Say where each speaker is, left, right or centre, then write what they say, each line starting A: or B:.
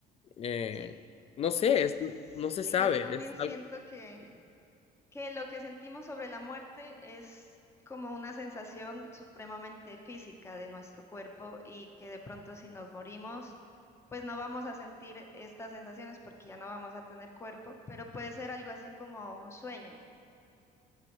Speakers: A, on the left (about 35°); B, on the left (about 15°).
A: eh,
B: Sí,
A: no sé,
B: pues
A: es-
B: sí,
A: no se sabe,
B: yo también
A: es
B: siento
A: algo-
B: que, que lo que sentimos sobre la muerte es como una sensación supremamente física de nuestro cuerpo y que de pronto si nos morimos, pues no vamos a sentir estas sensaciones porque ya no vamos a tener cuerpo, pero puede ser algo así como un sueño.